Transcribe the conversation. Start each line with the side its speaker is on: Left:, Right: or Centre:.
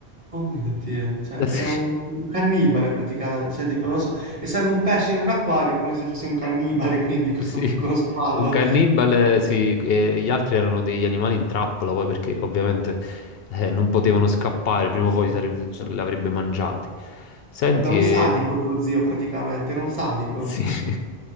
Right: Oh mio Dio, cioè
Left: <laughs>
Right: era
Left: sì.
Right: un un cannibale praticamente, cioè tipo non lo so, essendo un pesce in un acquario è come se fosse un cannibale, <laughs> quindi questo
Left: Sì,
Right: piccolo squalo.
Left: un cannibale, sì, e gli altri erano degli animali in trappola, poi perché ovviamente eh, non potevano scappare,
Right: Sì.
Left: prima
Right: sì.
Left: o poi sare- ce li avrebbe mangiati. Senti,
Right: Vabbè, un
Left: e
Right: sadico tuo zio praticamente, era un sadico.
Left: sì, <laughs>